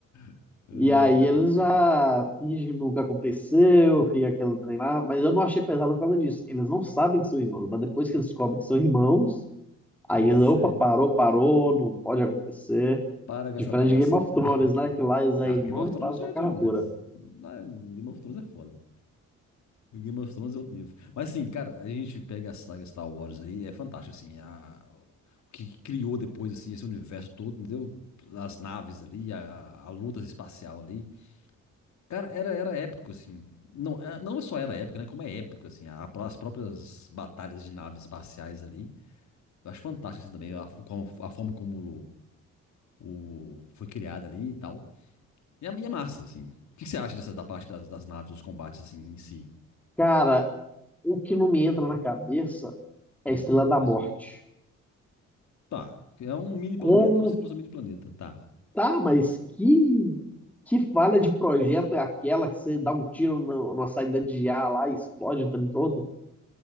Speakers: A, on the left; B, in the centre.
A: <laughs> Ai, ai.
B: e aí eles já fingem que nunca aconteceu, fica aquele trem lá. Mas eu não achei pesado por causa disso. Eles não sabem que são irmãos, mas depois que eles descobrem que são irmãos, aí
A: Pois
B: eles, opa,
A: é.
B: parou, parou, não pode acontecer.
A: Para com
B: Diferente
A: essa palhaçada
B: de Game of Thrones,
A: aí.
B: né? Que lá eles
A: <laughs>
B: é
A: Ah,
B: irmão
A: Game of
B: e
A: Thrones
B: faz
A: já
B: da
A: é
B: cara
A: demais.
B: dura.
A: Ah, Game of Thrones é foda. Game of Thrones é outro nível. Mas sim, cara, a gente pega a saga Star Wars aí, é fantástico, assim. A, o que criou depois, assim, esse universo todo, entendeu? As naves ali, a, a luta espacial ali. Cara, era, era épico, assim. Não, é- não só era épico, né? Como é épico, assim. a- as próprias batalhas de naves espaciais ali. Eu acho fantástico, assim, também. A, como- a forma como o, o- foi criada ali e tal. E é, e é massa, assim. O que, que você acha dessa, da parte das, das naves, os combates, assim, em si?
B: Cara, o que não me entra na cabeça é
A: Hum,
B: a Estrela
A: no universo...
B: da Morte.
A: Tá. É um mini planeta,
B: Como
A: como se fosse um mini planeta. Tá.
B: Tá, mas que, que falha de projeto é aquela que você dá um tiro no- na saída de ar lá e explode o trem todo?